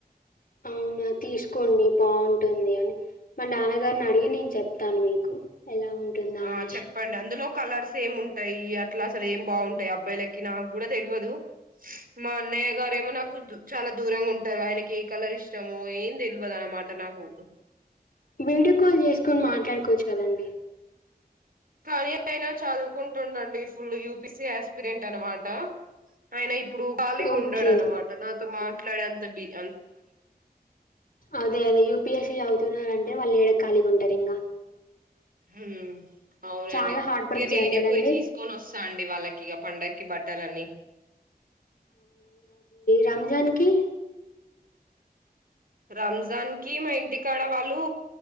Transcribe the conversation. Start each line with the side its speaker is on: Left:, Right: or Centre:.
Left: అవునా. తీసుకోండి బాగుంటుంది అని మా నాన్నగారిని అడిగి నేను చెప్తాను మీకు. ఎలా ఉంటుందా అనేసి
Right: ఆహ్ చెప్పండి అందులో. కలర్స్ ఏం ఉంటాయి అట్లా అసలు ఏం బాగుంటాయి అబ్బాయిలకి నాకు కూడా తెలివదు మా అన్న. అన్నయ్య గారు ఏమో నాకు చాలా దూరంగ ఉంటరు ఆయనకి ఏ కలర్ ఇష్టమో ఏం తెలువదు అన్నమాట నాకు.
Left: వీడియో కాల్ చేసుకొని మాట్లాడుకోవచ్చు కదండి.
Right: కానీ అయినా చదువుకుంటుండండి ఫుల్ యూపిసి యాస్పిరెంట్ అనమాట. ఆయన ఇప్పుడు ఖాళీగా
Left: ఓకే
Right: ఉండడనమాట నాతో మాట్లాడే అంత బిజి.
Left: అదే అదే యూపిఎస్సి చదువుతుండు అన్. మళ్ళీ ఏడ ఖాళిగా ఉంటది ఇంగ.
Right: ఉమ్ అవునండి
Left: చాలా హార్డ్ వర్క్
Right: ఇగ
Left: చేయాలి
Right: నేనే
Left: కదండి
Right: పోయి తీసుకొని వస్తా అండి. డి వాళ్ళకిగ పండక్కి బట్టలన్ని.
Left: రంజాన్ కి.
Right: రంజాన్ కి మా ఇంటికాడ వాళ్ళు.